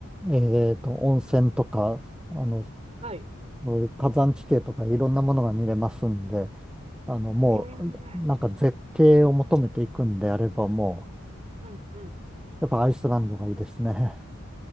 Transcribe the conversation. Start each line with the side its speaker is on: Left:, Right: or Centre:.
Centre: えーと、温泉とか、あの、
Right: はい。へ
Centre: そういう火山地形とかいろんなものが見れますんで、あの、もう、
Right: え。う
Centre: なんか絶景を求めていくんであれば、もう、
Right: んうん
Centre: やっぱアイスランドがいいですね。